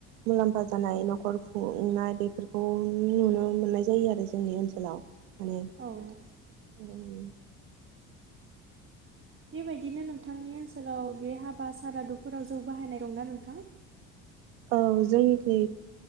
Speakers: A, on the right; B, on the right.
A: मुलाम्फा जानाय न'खर खुंनाय बेफोरखौ नुनो मोननाय जायो आरो जोंनि ओनसोलाव माने उम
B: औ औ बेबायदिनो नोंथांनि ओनसोलाव बे हाबा सारादुफोराव जौ बाहायनाय दंना नोंथां?
A: औ जोंनिखै